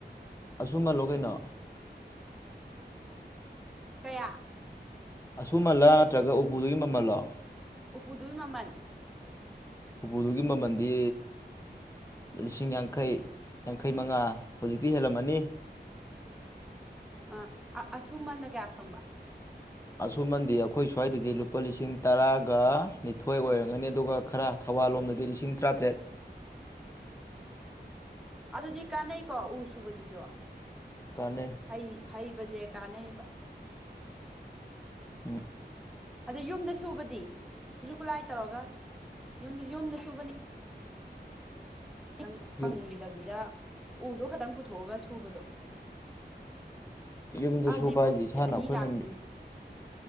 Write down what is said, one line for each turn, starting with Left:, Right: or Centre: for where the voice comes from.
Left: ꯑꯁꯨꯝꯃꯟꯂꯣ ꯀꯩꯅꯣ
Centre: ꯀꯌꯥ
Left: ꯑꯁꯨꯨꯝꯃꯜꯂꯥ ꯅꯠꯇ꯭ꯔꯒ ꯎꯄꯨꯗꯨꯒꯤ ꯃꯃꯜꯂꯣ
Centre: ꯎꯄꯨꯗꯨꯒꯤ ꯃꯃꯜ
Left: ꯎꯄꯨꯗꯨꯒꯤ ꯃꯃꯜꯗꯤ ꯂꯤꯁꯤꯡ ꯌꯥꯡꯈꯩ ꯌꯥꯡꯈꯩ ꯃꯉꯥ ꯍꯧꯖꯤꯛꯇꯤ ꯍꯦꯜꯂꯝꯃꯅꯤ
Centre: ꯑꯥ ꯑꯁꯨꯨꯝꯕꯟꯅ ꯀꯌꯥ ꯐꯪꯕ
Left: ꯑꯁꯨꯨꯝꯃꯟꯗꯤ ꯑꯩꯈꯣꯏ ꯁ꯭ꯋꯥꯏꯗꯗꯤ ꯂꯨꯄꯥ ꯂꯤꯁꯤꯡ ꯇꯔꯥꯒ ꯅꯤꯊꯣꯏ ꯑꯣꯏꯔꯝꯒꯅꯤ ꯑꯗꯨꯒ ꯈꯔ ꯊꯕꯥꯜꯂꯣꯝꯗꯗꯤ ꯂꯤꯁꯤꯡ ꯇꯔꯥꯇꯔꯦꯠ
Centre: ꯑꯗꯨꯗꯤ ꯀꯥꯟꯅꯩꯀꯣ ꯎ ꯁꯨꯕꯕꯁꯤꯁꯨ
Left: ꯀꯥꯟꯅꯩ
Centre: ꯍꯩ ꯍꯩꯕꯁꯦ ꯀꯥꯟꯅꯩꯕ
Left: ꯎꯝ
Centre: ꯑꯗꯣ ꯌꯨꯝꯗ ꯁꯨꯕꯗꯤ ꯈꯨꯠꯁꯨ ꯈꯨꯠꯂꯥꯏ ꯇꯧꯔꯒ ꯌꯨꯝꯗ ꯌꯨꯝꯗ ꯁꯨꯕꯅꯤ ꯈꯤꯇꯪ ꯐꯪꯗꯕꯤꯗ
Left: ꯌꯨꯝ
Centre: ꯎꯗꯣ ꯈꯇꯪ ꯄꯨꯊꯣꯛꯑꯒ ꯁꯨꯕꯗꯣ
Left: ꯌꯨꯝꯗ
Centre: ꯑꯗꯤ
Left: ꯁꯨꯕ
Centre: ꯄꯔꯣ
Left: ꯍꯥꯏꯁꯦ
Centre: ꯐꯤꯠꯁꯦ
Left: ꯏꯁꯥꯅ
Centre: ꯑꯅꯤ
Left: ꯑꯩꯈꯣꯏꯅ
Centre: ꯂꯥꯛꯇꯨꯏ